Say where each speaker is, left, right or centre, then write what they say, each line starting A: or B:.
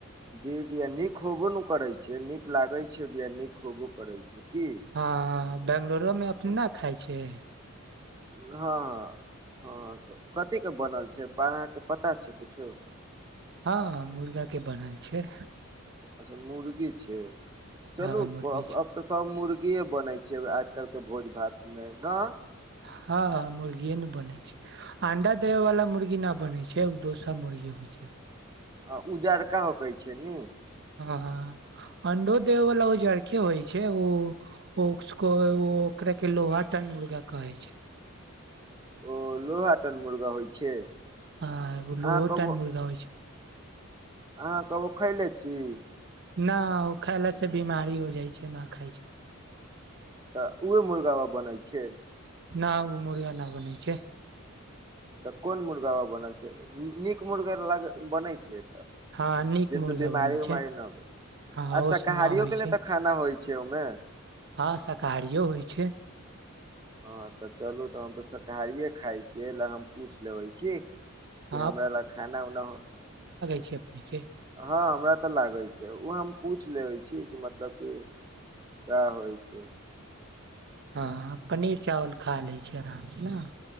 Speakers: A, on the right; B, on the right.
A: जी जी नीक होबो ने करैत छै नीक लागैत छै भी नीक होबो करैत छै की
B: हँ बंगलोरोमे अपने खाइत छियैक
A: हँ हँ हँ कथी केँ बनल छैक पर अहाँके पता छैक किछो
B: हँ मुर्गा केंँ बनल छै
A: अच्छा मुर्गी छै चलू
B: हँ मुर्गी
A: अब
B: छै
A: तऽ सब मुर्गिेए बनैत छै आजकल केँ भोज भात मे नहि
B: हँ मुर्गीए ने बने छैक आंडा देय वाला मुर्गी नहि बनैत छैक दोसर छै
A: आ उजड़का कहैत छै न
B: हँ अंडो देबय वाला उजरकेँ होइत छैक ओ उको ओकरा केँ लोहा टन मुर्गा कहै छै
A: ओ लोहाटन मुर्गा होइत छै
B: हँ लोहो
A: अहाँ कबो
B: न मुर्गा होइ छै
A: अहाँ खैले छी
B: न ओ खायलासँ बीमारी हो जाइत छैक न खाइ छि
A: तऽ उहे मुर्गाामे बनैत छै
B: न ओ मुर्गा न बनैत छै
A: तऽ कोन मुर्गा ब बनल छै नीक मुर्गा लाग बनैत छै
B: हँ नीक
A: जैसे
B: मुर्गा
A: बीमारी
B: बनै छै
A: उमारी नहिै
B: हँ ओ
A: आ शाकाहारियो
B: से ना होइ
A: केँ ल
B: छै
A: लेल तऽ खाना होइत छैक छै ओमे
B: हँ शाकाहारियो होइत छै
A: हँ तऽ चलू तऽ हम तऽ शाकाहारिए खाइत छियैक लए हम पूछि लेबय कि
B: हँ
A: हमरा लए खाना उना
B: च अपनेीक <unintelligible>
A: हँ हमरा तऽ लागैत छै ओ हम पूछि लेबय छी कि मतलब कि कएए होइ छै <unintelligible>
B: हँ पनीर चावल खा लैत छि आरामसँ नहि